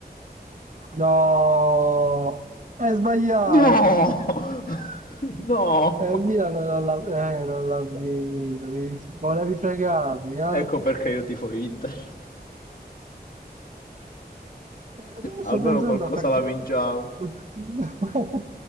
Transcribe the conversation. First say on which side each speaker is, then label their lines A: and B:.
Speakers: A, on the right; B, on the left.
A: No! È sbagliato!
B: No! <laughs> No!
A: Eh, il Milan non l'ha eh, non l'ha vinto. Mi dis- volevi fregarmi, eh?
B: Ecco perché io tifo Inter.
A: Eh, Sto
B: Almeno
A: pensando
B: qualcosa
A: a qualche...
B: la vinciamo.
A: <laughs>